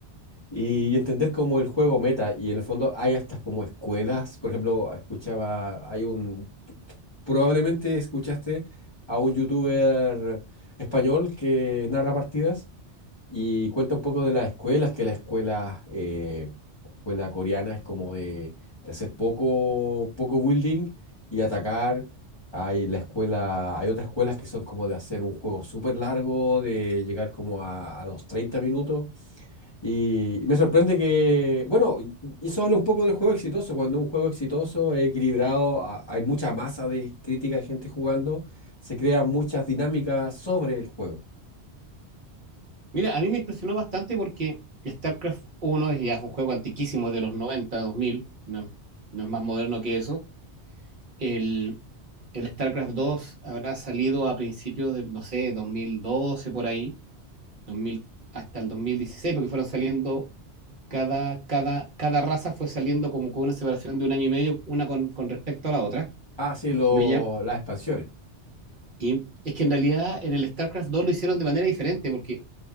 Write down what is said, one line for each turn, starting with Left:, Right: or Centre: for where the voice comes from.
Left: y, entender como el juego meta. Y en el fondo hay hasta como escuelas, por ejemplo, escuchaba, hay un, probablemente escuchaste a un youtuber español que narra partidas y cuenta un poco de las escuelas, que la escuela, eh, la escuela coreana es como de, de hacer poco, poco building y atacar. Hay la escuela, hay otras escuelas que son como de hacer un juego súper largo, de llegar como a, a los 30 minutos. Y me sorprende que, bueno, y y eso habla un poco del juego exitoso. Cuando un juego exitoso es equilibrado, a- hay mucha masa de crítica de gente jugando, se crean muchas dinámicas sobre el juego.
Right: Mira, a mí me impresionó bastante porque StarCraft uno es ya es un juego antiquísimo, es de los noventa dos mil. no, no es más moderno que eso. El, el StarCraft dos habrá salido a principios del, no sé, 2012 por ahí, 2000 hasta el 2016 porque fueron saliendo, cada, cada, cada raza fue saliendo como con una separación de un año y medio, una con, con respecto a la otra.
Left: Ah, sí, lo-
Right: Me llam-
Left: las expansiones.
Right: y es que en realidad en el StarCraft dos lo hicieron de manera diferente, porque